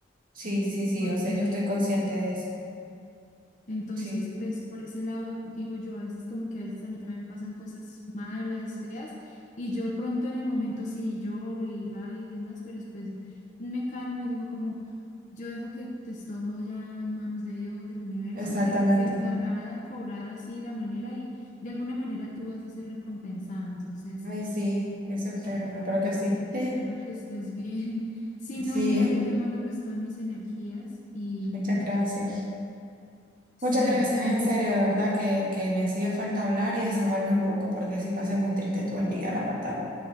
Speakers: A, on the right; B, on the left.
A: Sí, sí, sí.
B: Porque
A: O sea, yo estoy consciente de eso.
B: entonces,
A: Sí,
B: pues por ese lado, digo yo, a veces como que a veces a mí también me pasan cosas malas, feas, y yo pronto en el momento sí lloro y rabia y demás, pero después me calmo y digo como... Yo dejo que esté todo ya en manos de Dios, del universo,
A: exactamente.
B: que se encargará de cobrar así la manera y de alguna manera tú vas a ser recompensada. Entonces,
A: Ay, sí, eso espero.
B: ay, no,
A: Espero que sí. <laughs>
B: espero que estés bien. <laughs> Sí, no,
A: Sí,
B: mira, yo te mando pues todas mis energías y
A: muchas gracias.
B: sí,
A: Muchas gracias, en serio, de verdad que, que me hacía falta hablar y desahogarme un poco porque sí pasé muy triste todo el día, la verdad.